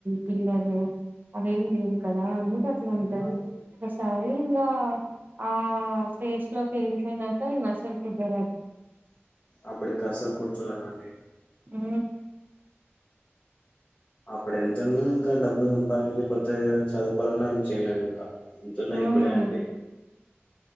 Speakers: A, on the right; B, on the left.
A: పిల్లలు అవేం లేవు కదా అందుక ట్ అట్లాఉంటది
B: అవును.
A: ఒకసారి ఇంగా ఆ ఫేస్ లోకి వెళ్ళిపోయినాక ఈ అసలు కుదర
B: అప్పుడు ఇంక అసలు కూడ్చోలేనండి
A: ఉ
B: అప్పుడు ఎంతన్నా ఇంకా డబ్బు సంపాదించి కొత్త ఏదనా చదువుకోవాలన్నా ఏం చేయ్యలేం ఇంకా ఎంతున్నా
A: ఉమ్,
B: ఇప్పుడే అండి